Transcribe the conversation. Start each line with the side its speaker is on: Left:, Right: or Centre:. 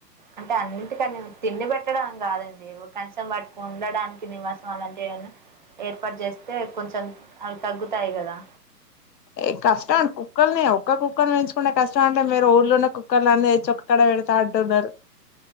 Right: అంటే అన్నింటికని తిండి పెట్టడం కాదండి కనీసం వాటికి ఉండడానికి నివాసం అలాంటివి ఏమన్నా ఏర్పాటు చేస్తే కొంచెం అవి తగ్గుతాయి కదా
Left: ఏ కష్టం కుక్కల్ని ఒక్క కుక్కని పెంచుకున్నా కష్టం అంటే మీరు ఊళ్ళో ఉన్న కుక్కల్ని అన్ని తెచ్చి ఇక్కడ పెడతా అంటున్నారు